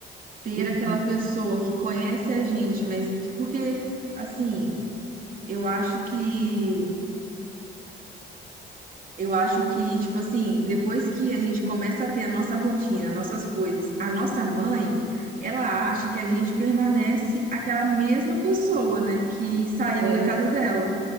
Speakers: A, on the right; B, on the right.
A: ter
B: Uhum,
A: aquela pessoa que conhece a gente, mas porque, assim, eu acho que Eu acho que, tipo assim, depois que a gente começa a ter a nossa rotina, nossas coisas, a nossa mãe, ela acha que a gente permanece aquela mesma pessoa, né, que saiu
B: é verdade.
A: da casa dela.